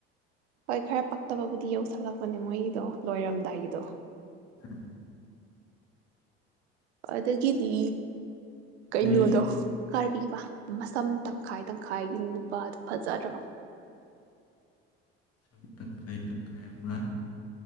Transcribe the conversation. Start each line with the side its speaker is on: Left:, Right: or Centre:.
Right: ꯍꯣꯏ ꯈꯔ ꯄꯛꯇꯕꯕꯨꯗꯤ ꯌꯧꯁꯜꯂꯛꯄꯅꯦ ꯃꯣꯏꯒꯤꯗꯣ ꯂꯣꯏꯔꯝꯗꯥꯏꯒꯤꯗꯣ
Left: ꯎꯝ
Right: ꯑꯗꯨꯒꯤꯗꯤ ꯀꯩꯅꯣꯗꯣ
Left: ꯑꯗꯩ
Right: ꯀꯔꯤꯕ ꯃꯁꯝ ꯇꯪꯈꯥꯏ ꯇꯪꯈꯥꯏꯒꯤ ꯅꯨꯄꯥꯗꯣ ꯐꯖꯗ꯭ꯔꯣ
Left: ꯁꯝ ꯇꯪꯈꯥꯏ ꯇꯪꯈꯥꯏ ꯑꯃ